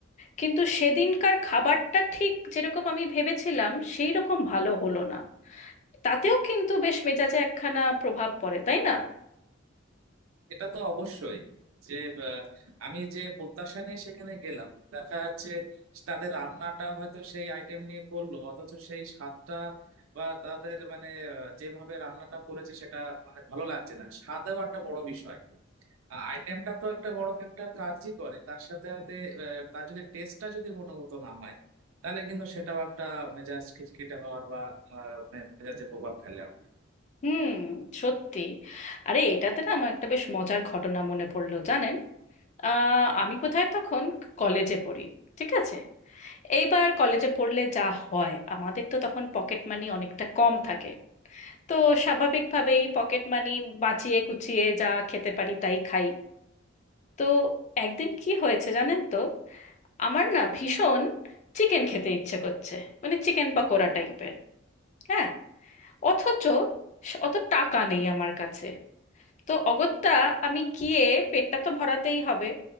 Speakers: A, on the left; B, on the right.
A: কিন্তু সেদিনকার খাবারটা ঠিক যেরকম আমি ভেবেছিলাম সেই রকম ভালো হলো না তাতেও কিন্তু বেশ মেজাজে একখানা প্রভাব পড়ে তাই না
B: এটা তো অবশ্যই যে আহ, আমি যে প্রত্যাশা নিয়ে সেখানে গেলাম দেখা যাচ্ছে তাদের রান্নাটা হয়তো সেই আইটেম নিয়ে করলো অথচ সেই স্বাদটা বা তাদের মানে আহ, যেভাবে রান্নাটা করেছে সেটা মানে ভালো লাগছে না স্বাদও একটা বড় বিষয় আইটেমটা তো একটা বড় ফ্যাক্টর কাজই করে তার সাথে সাথে আহ, তার যদি টেস্টটা যদি গুণগত না হয় তাহলে কিন্তু সেটাও একটা মেজাজ খিটখিটে হওয়ার বা আহ, মেজাজে প্রভাব ফেলে আমার।
A: হুম সত্যি আরে এটাতে না আমার একটা বেশ মজার ঘটনা মনে পড়লো জানেন আহ, আমি কোথায় তখন কলেজে পড়ি ঠিক আছে এইবার কলেজে পড়লে যা হয় আমাদের তো তখন পকেট মানি অনেকটা কম থাকে তো স্বাভাবিকভাবেই পকেট মানি বাঁচিয়ে কুচিয়ে যা খেতে পারি তাই খাই তো একদিন কি হয়েছে জানেন তো আমার না ভীষণ চিকেন খেতে ইচ্ছে করছে মানে চিকেন পাকোড়া টাইপের হ্যাঁ অথচ অত টাকা নেই আমার কাছে তো অগত্যা আমি গিয়ে পেটটা তো ভরাতেই হবে